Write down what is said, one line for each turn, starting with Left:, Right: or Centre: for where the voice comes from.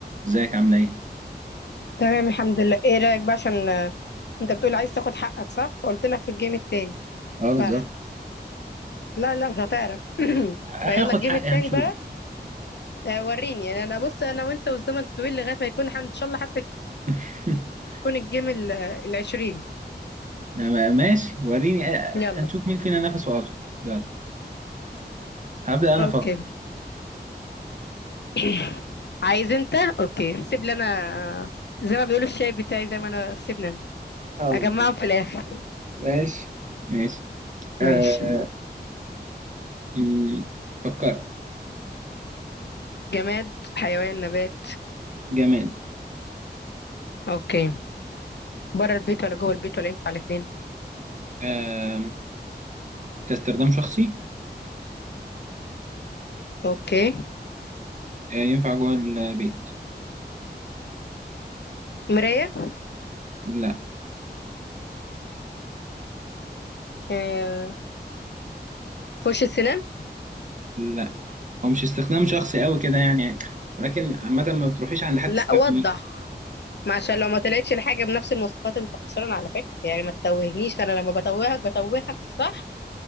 Right: ازيك عامله ايه؟
Left: تمام الحمد لله ايه رأيك بقى عشان آه، انت بتقول عايز تاخد حقك صح فقلت لك في الجيم التاني
Right: اه
Left: ف
Right: بالظبط
Left: لا لا مش هتعرف <clears throat>
Right: هاخد
Left: فيلا الجيم
Right: حقي
Left: التاني
Right: هنشوف
Left: بقى آه، وريني يعني انا بص انا وانت والزمن طويل لغاية ما يكون حن- ان شاء الله حتى
Right: <laughs>
Left: يكون الجيم ال- العشرين
Right: ما- ماشي وريني آه،
Left: يلا
Right: هنشوف مين فينا نفسه اطول يلا هبدأ انا
Left: اوكي
Right: افكر
Left: <clears throat> عايز انت اوكي سيب لي انا زي ما بيقولوا الشاي بتاعي زي ما انا سيبني انا
Right: اه
Left: اجمعهم
Right: بالظبط
Left: في الاخر
Right: ماشي ماشي آه
Left: ماشي
Right: مم، فكرت
Left: جماد حيوان نبات
Right: جماد
Left: اوكي بره البيت ولا جوه البيت ولا ينفع الاتنين
Right: آه كاستخدام شخصي
Left: اوكي
Right: آه ينفع جوه البيت
Left: مراية
Right: لا
Left: آه، فرش السنان
Right: لا هو مش استخدام شخصي قوي كده يعني ولكن عامة ما بتروحيش عند حد
Left: لا
Right: تستخدميه
Left: وضح ما عشان لو ما طلعتش الحاجه بنفس المواصفات انت خسران على فكره يعني ما تتوهنيش انا لما بتوهك بتوهك صح